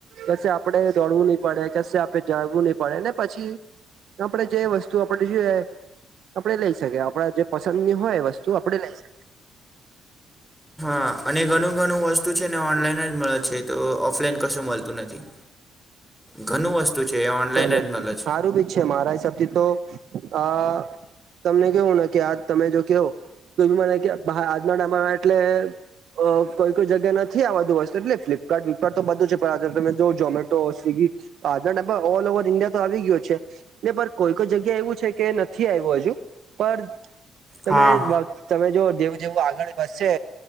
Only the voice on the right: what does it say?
કશે આપડે દોડવુંની પડે, કશે આપડે જવુંની પડે ને પછી આપણે જે વસ્તુ આપણેને જોઈએ આપડે લઈ શકીએ આપડા જે પસંદ ની હોય વસ્તુ આપડે લઈ શકીએ
ને
સારું બી છે મારા હિસાબથી તો અહ તમને કેવું ને કે આ તમે જો કેવ તો બી મને આજના ટાઈમ એટલે અહ કોઈ કોઈ જગ્યા નથી આવાતું વસ્તુ એટલે ફ્લિપકાર્ટ વ્લપકાર્ટ તો બધું છે પણ આજે તમે જો Zomato Swiggy <unintelligible> all over India તો આવી ગયો છે. ન પર કોઈ કોઈ જગ્યા એવું છે કે નથી આવ્યું હજુ પણ તમે
<unintelligible> તમે જો જેવું જેવું આગળ બનશે